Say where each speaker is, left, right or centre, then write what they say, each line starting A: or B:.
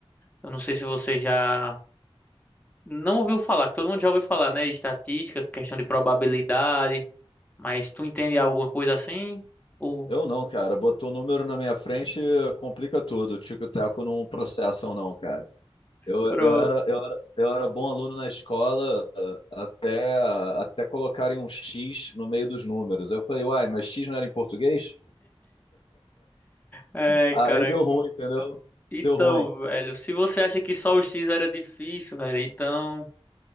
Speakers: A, on the left; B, on the left.
A: Eu não sei se você já não ouviu falar, que todo mundo já ouviu falar, né? Estatística, questão de probabilidade, mas tu entende alguma coisa assim? Ou
B: Eu não, cara. Botou o número na minha frente, complica tudo. O Tico e Teco não processam, não, cara. Eu,
A: Pro...
B: eu era, eu era, eu era bom aluno na escola eh, até, até colocarem um X no meio dos números. Eu falei, uai, mas X não era em português?
A: É,
B: Aí
A: cara.
B: deu ruim, entendeu?
A: Então,
B: Deu ruim.
A: velho, se você acha que só o X era difícil, velho, então